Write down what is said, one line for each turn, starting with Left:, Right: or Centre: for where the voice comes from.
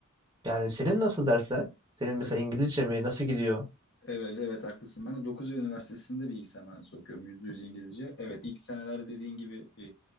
Right: Yani senin nasıl dersler? Senin mesela
Left: E,
Right: İngilizce mi? Nasıl gidiyor?
Left: Evet evet haklısın. Ben de dokuz Eylül Üniversitesi'nde bilgisayar mühendisliği okuyorum. yüzde yüz İngilizce. Evet ilk seneler dediğin gibi e,